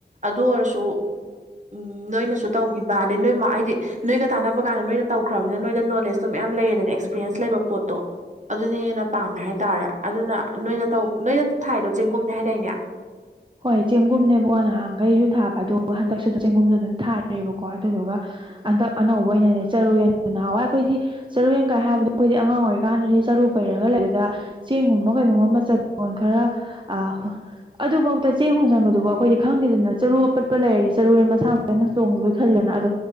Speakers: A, on the right; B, on the right.
A: ꯑꯗꯨ ꯑꯣꯏꯔꯁꯨ ꯎꯝ ꯅꯣꯏꯅꯁꯨ ꯇꯧꯈꯤꯕ ꯑꯗꯤ ꯅꯣꯏ ꯃꯥ ꯍꯥꯏꯗꯤ ꯅꯣꯏꯒ ꯇꯥꯟꯅꯕ ꯀꯥꯟꯗ ꯅꯣꯏꯅ ꯇꯧꯈ꯭ꯔꯕꯅꯤ ꯅꯣꯏꯗ ꯅꯣꯂꯦꯖꯇꯣ ꯃꯌꯥꯝ ꯂꯩꯌꯦꯗꯅ ꯑꯦꯛꯁꯄꯤꯔꯌꯦꯟꯁ ꯂꯩꯕ ꯄꯣꯠꯇꯣ ꯑꯗꯨꯅꯦ ꯍꯦꯟꯅ ꯄꯥꯝꯃꯦ ꯍꯥꯏꯇꯥꯔꯦ ꯑꯗꯨꯅ ꯅꯣꯏꯅ ꯇꯧ ꯅꯣꯏꯅ ꯊꯥꯏꯗꫭ ꯆꯦꯡꯒꯨꯝꯅꯦ ꯍꯥꯏꯗꯥꯏꯅꯦ
B: ꯍꯣꯏ ꯆꯦꯡꯒꯨꯝꯅꯦꯕꯣ ꯅꯍꯥꯟꯈꯩꯁꯨ ꯊꯥꯕ ꯑꯗꯨꯒ ꯍꯟꯗꯛꯁꯨ ꯆꯦꯡꯒꯨꯝꯗꯨ ꯑꯗꯨꯝ ꯊꯥꯔꯦꯕꯀꯣ ꯑꯗꯨꯗꯨꯒ ꯍꯟꯗꯛ ꯑꯅꯧꯕ ꯑꯣꯏꯅꯅꯦ ꯆꯔꯨꯌ‌ꯦꯟ ꯅꯍꯥꯟꯋꯥꯏ ꯑꯩꯈꯣꯏꯗꯤ ꯆꯔꯨ ꯌꯦꯟ‌ ꯀꯥꯏ ꯍꯥꯏꯕꯗ ꯑꯩꯈꯣꯏꯗꯤ ꯑꯉꯥꯡ ꯑꯣꯏꯔꯤꯀꯥꯟꯗꯗꯤ ꯆꯔꯨ ꯄꯩꯔꯒ ꯂꯩꯕꯗ ꯆꯦꯡꯒꯨꯝꯕ ꯀꯩꯒꯨꯝꯕ ꯃꯆꯠ ꯗꯣꯟ ꯈꯔ ꯑ ꯑꯗꯨꯕꯧ ꯆꯦꯡ ꯍꯣꯟꯖꯟꯕꯗꯨꯕꯧ ꯑꯩꯈꯣꯏꯗꯤ ꯈꯪꯗꯦꯗꯅ ꯆꯔꯨ ꯑꯄꯠꯄ ꯂꯩꯔꯗꯤ ꯆꯔꯨꯔꯦꯟ ꯃꯁꯥꯅ ꯆꯣꯡꯉꯤꯕꯣꯏ ꯈꯜꯂꯤꯗꯅ ꯑꯗꯣ